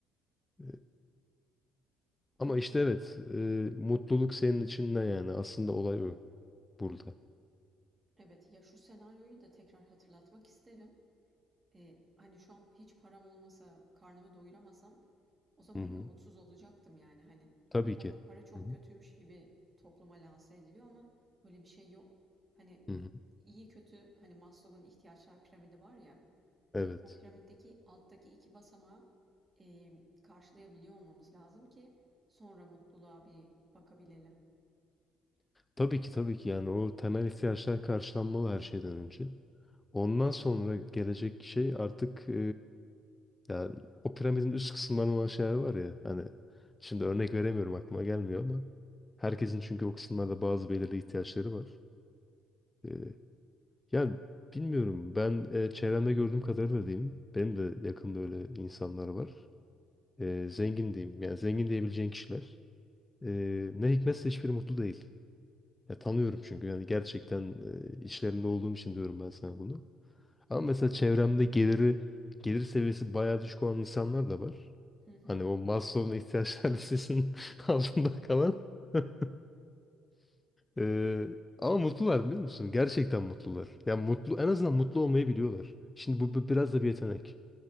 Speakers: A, on the left; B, on the right.
A: E, ama
B: katılıyorum.
A: işte evet e,
B: <laughs>
A: mutluluk senin için ne yani? Aslında olay o burada.
B: Evet ya şu senaryoyu da tekrar hatırlatmak isterim. Ee, hani şu an hiç param olmasa karnımı doyuramasam o zaman
A: Hı hı.
B: da mutsuz olacaktım yani hani
A: Tabii
B: sanki
A: ki.
B: para çok
A: Hı hı.
B: kötüymüş gibi topluma lanse ediliyor ama öyle bir şey yok. Hani
A: Hı hı.
B: iyi kötü hani Maslow'un ihtiyaçlar piramidi var ya
A: Evet.
B: O piramitteki alttaki iki basamağı e, karşılayabiliyor olmamız lazım ki sonra mutluluğa bir bakabilelim.
A: Tabii ki tabii ki yani o temel ihtiyaçlar karşılanmalı her şeyden önce. Ondan sonra gelecek şey artık e, yani o piramidin üst kısımlarında olan şeyler var ya hani şimdi örnek veremiyorum aklıma gelmiyor ama herkesin çünkü o kısımlarda bazı belirli ihtiyaçları var. E, yani bilmiyorum ben e, çevremde gördüğüm kadarıyla diyeyim benim de yakında öyle insanlar var. E, zengin diyeyim yani zengin diyebileceğin kişiler e, ne hikmetse hiçbiri mutlu değil. Ya tanıyorum çünkü yani gerçekten e, içlerinde olduğum için diyorum ben sana bunu. Ama mesela çevremde geliri gelir seviyesi bayağı düşük olan insanlar da var.
B: Hı hı.
A: Hani o Maslow'un ihtiyaçlar listesinin <laughs> altında kalan. <laughs> E, ama mutlular biliyor musun? Gerçekten mutlular. Ya mutlu en azından mutlu olmayı biliyorlar. Şimdi bu bu biraz da bir yetenek.